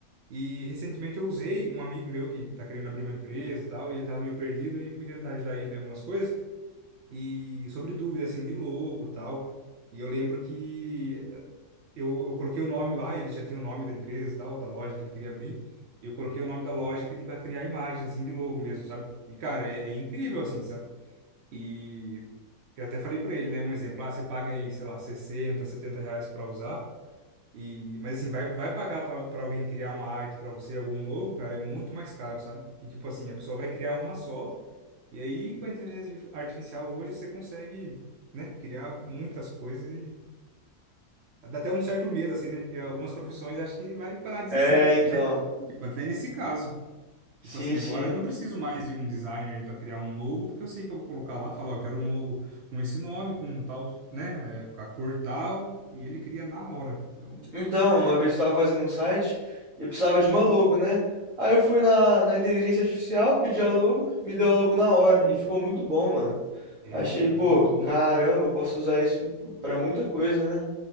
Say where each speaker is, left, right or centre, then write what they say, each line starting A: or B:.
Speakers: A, on the right (about 65°); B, on the right (about 50°).
A: E recentemente eu usei um amigo meu que tá querendo abrir uma empresa e tal, e ele tava meio perdido, aí fui tentar ajudar ele em algumas coisas, e sobre dúvidas, assim, de logo e tal. E eu lembro que eu, eu coloquei o nome lá, ele já tinha o nome da empresa e tal, da loja que ele queria abrir, e eu coloquei o nome da loja e pedi para criar a imagem, assim, de logo mesmo, sabe? E, cara, é, é incrível, assim, sabe? E eu até falei para ele, né, um exemplo, ah, você paga aí, sei lá, 60 70 reais para usar, e, mas assim, vai, vai pagar pra pra alguém criar uma arte pra você, algum logo, cara, é muito mais caro, sabe? E tipo assim, a pessoa vai criar uma só, e aí com a inteligência artificial hoje você consegue, né, criar muitas coisas e dá até um certo medo, assim, né? Que algumas profissões acho que vai parar de
B: É,
A: existir, te-
B: então.
A: né? Tipo, até nesse caso.
B: Sim,
A: Tipo assim,
B: sim.
A: agora eu não preciso mais de um designer aí pra criar um logo, porque eu sei que eu vou colocar lá, falar, ó, eu quero um logo com esse nome, com tal, né, é, com a cor tal, e ele cria na hora. Então,
B: Então, uma vez eu tava fazendo um site e eu precisava de uma logo, né? Aí eu fui na, na inteligência artificial, pedi a logo, me deu a logo na hora e ficou muito bom, mano.
A: é,
B: Achei,
A: então,
B: pô,
A: é muito bom.
B: caramba, eu posso usar isso pra muita coisa, né?